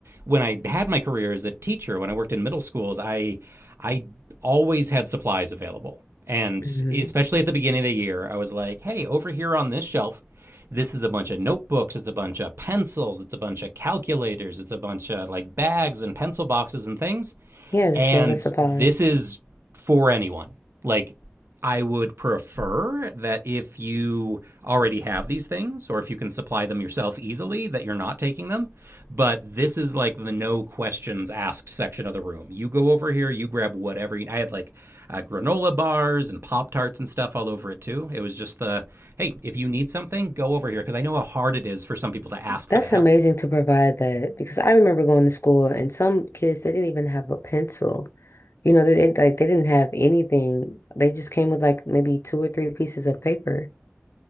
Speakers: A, on the right; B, on the left.
A: when I had my career as a teacher, when I worked in middle schools, I I always had supplies available. And
B: hmm
A: especially at the beginning of the year, I was like, hey, over here on this shelf, this is a bunch of notebooks, it's a bunch of pencils, it's a bunch of calculators, it's a bunch of like bags and pencil boxes and things.
B: Yeah, just
A: And
B: a lot of supplies.
A: this is for anyone. Like, I would prefer that if you already have these things or if you can supply them yourself easily, that you're not taking them. But this is like the no questions asked section of the room. You go over here, you grab whatever. You, I had like uh, granola bars and Pop Tarts and stuff all over it too. It was just the hey, if you need something, go over here. Because I know how hard it is for some people to ask
B: That's
A: for that help.
B: amazing to provide that because I remember going to school and some kids they didn't even have a pencil. You know, they didn't like they didn't have anything. They just came with like maybe two or three pieces of paper,